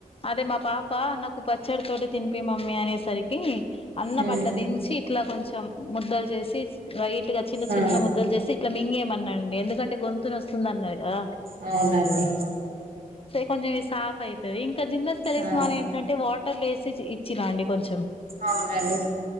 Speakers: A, on the left; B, on the right.
A: అదే మా పాప నాకు బజ్ చ్చడి తోటి తినిపి మమ్మీ అనేసరికి అన్నం
B: ఉమ్
A: అట్లా దించి ఇట్లా కొంచెం ముద్దలు చేసి రైట్ చిన్న
B: ఆ
A: చిన్న ముద్దలు చేసి ఇట్లా మింగే అండి ఎందుకంటే గొంతుని వస్తుందిన్నారుగా
B: అవునండి
A: కొంచం సాఫ్ అయితుది ఇంకా జిన్నస్ తెలిసిమాల్
B: ఆ
A: ఏంటంటే వాటర్లో వేసి ఇచ్చినా అండి కొంచెం
B: అవునండి